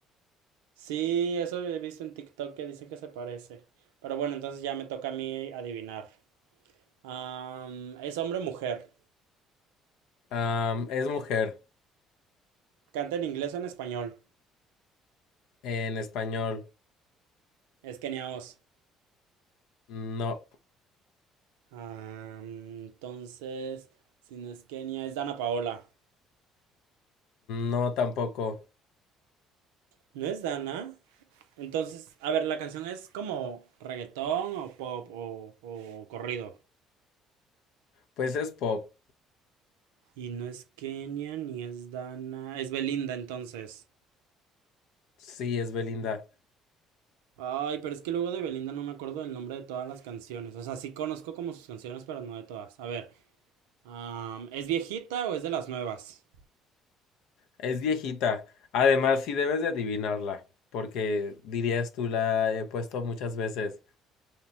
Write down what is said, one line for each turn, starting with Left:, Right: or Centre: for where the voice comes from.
Right: Sí, eso he visto en TikTok que dicen que se parece. Pero bueno, entonces ya me toca a mí adivinar. Am, es hombre o mujer.
Left: Am, es mujer,
Right: Canta en inglés o en español.
Left: en español,
Right: Es Kenia Os.
Left: no,
Right: Am, entonces, si no es Kenia, es Dana Paola.
Left: no tampoco,
Right: ¿No es Dana? Entonces, a ver, la canción es como reggaetón o pop o, o corrido.
Left: pues es pop,
Right: Y no es Kenia ni es Dana. Es Belinda entonces.
Left: sí, es Belinda,
Right: Ay, pero es que luego de Belinda no me acuerdo del nombre de todas las canciones. O sea, sí conozco como sus canciones, pero no de todas. A ver, am, ¿es viejita o es de las nuevas?
Left: es viejita, además sí debes de adivinarla, porque dirías tú la he puesto muchas veces.